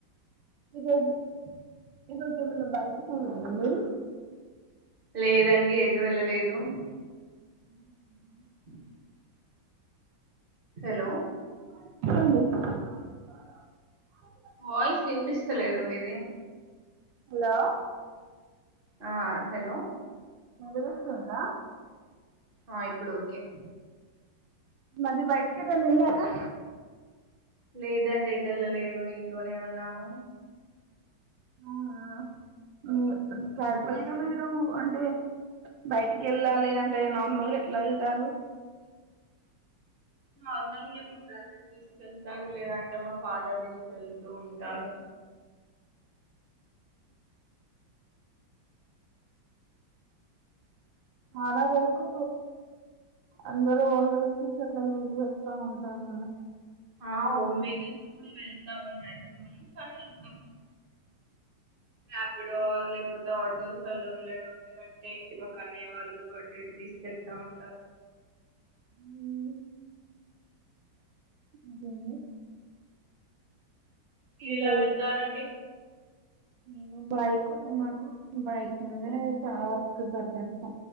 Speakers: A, on the right (about 75°); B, on the right (about 40°).
A: ఈరోజు ఈరోజు ఏమన్నా బయటికి కెళ్ళారా మీరు
B: లేదండి ఎటు వెళ్ళలేదు
A: ఉ <inaudible>
B: <inaudible> హలో
A: చెప్పండి
B: వాయిస్ వినిపిస్తలేదు మీది
A: హలో
B: ఆ హలో
A: వినిపిస్తుందా
B: ఆ ఇప్పుడు ఓకే
A: మళ్ళీ బయటికెట్టన్నా యెళ్ళారా
B: లేదండి ఎటెల్ల లేదు ఇంట్లోనే ఉన్నాను
A: అవునా క్యాజువల్
B: ఉమ్.
A: గా మీరు అంటే బయటికి యెళ్ళాలి అంటే నార్మల్గా ఎట్లా యెళ్తారు <inaudible>
B: నార్మల్గా మా బ్రదర్ దీసుకెళ్తారు లేదంటే మా ఫాదర్ దీసుకెళ్తూ ఉంటారు
A: <inaudible> చాలా వరకు అందరు ఓన్ వెహికల్స్ ని అట్లా యూజ్ జేస్తా ఉంటారు గదా
B: ఆ ఓన్ వెహికల్స్ తో గూడా వెళ్తాము మ్యాగ్జిమమ్ కానీ అప్పుడప్పుడు రాపిడో ఆర్ లేకపోతే ఆటోస్లల్లో వెళ్ళడం లేదా అంటే ఇంటి పక్క అన్నయ్య వాళ్ళు అటు ఇటు తీసుకెళ్తా ఉంటారు
A: ఉమ్ అదేండి
B: మీరు
A: ఇంకా
B: ఎలా వెళ్తారండి
A: నేను బైక్ ఉంది నాకు బైక్ మీదనే చాలా వరకు ప్రిఫర్ చేస్తా